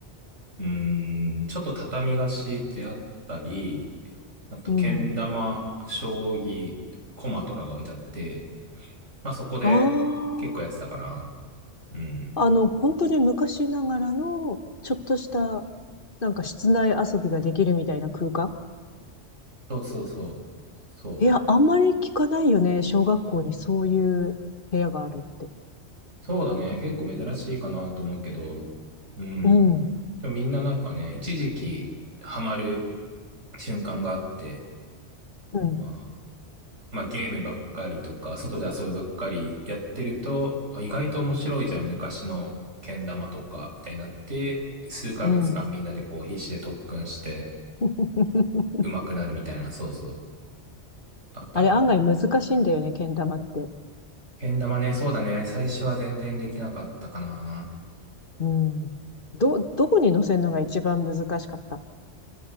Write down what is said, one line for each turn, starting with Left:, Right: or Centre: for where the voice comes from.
Right: うーん、ちょっと畳が敷いてあったり、あと、
Left: うん。
Right: けん玉、将棋、駒とかが置いてあって、まあそこで結構やってたから、
Left: あ
Right: うん。
Left: あ。あの、本当に昔ながらの、ちょっとした、なんか室内遊びができるみたいな空間
Right: そうそうそう。そう。
Left: いや、あんまり聞かないよね。小学校にそういう部屋があるって。
Right: そうだね。結構珍しいかなと思うけど、うん。
Left: うん。
Right: でもみんななんかね、一時期ハマる瞬間があって、
Left: うん。
Right: まあ、まあゲームばっかりとか、外で遊ぶばっかりやってると、あ意外と面白いじゃん、昔のけん玉とか、みたいになって、数ヶ月間みんなでこう必死で特訓して
Left: うん。<laughs>
Right: 上手くなるみたいな、そうそう、あったんで。
Left: あれ案外難しいんだよね、けん玉って。
Right: けん玉ね、そうだね、最初は全然できなかったかな。
Left: うん。ど、どこに乗せるのが一番難しかった